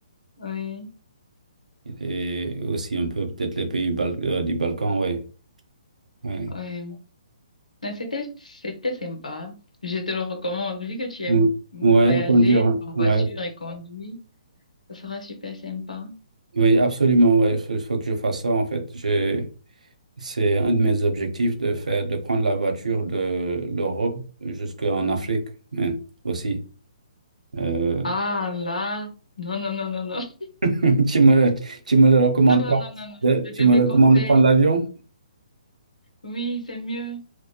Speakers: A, on the left (about 80°); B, on the right (about 80°).
A: Oui,
B: Et aussi un peu peut-être les pays Bal- euh, du Balkan, ouais. Ouais,
A: oui. Mais C'était, c'était sympa. Je te le recommande. Vu que tu aimes
B: Mm.
A: voyager
B: ouais conduire. hein.
A: en
B: Ouais.
A: voiture et conduire, ça sera super sympa.
B: Oui, absolument, ouais. Il faut que je fasse ça, en fait. J'ai... C'est un de mes objectifs de faire, de prendre la voiture de l'Europe jusqu'en Afrique, hein, aussi. Euh,
A: Ah là, non, non, non, non, non, <laughs>
B: <laughs> tu me, tu me le recommandes
A: non, non,
B: pas?
A: non, non, non,
B: de-
A: je te
B: Tu
A: déconseille.
B: me recommandes de prendre l'avion?
A: Oui, c'est mieux.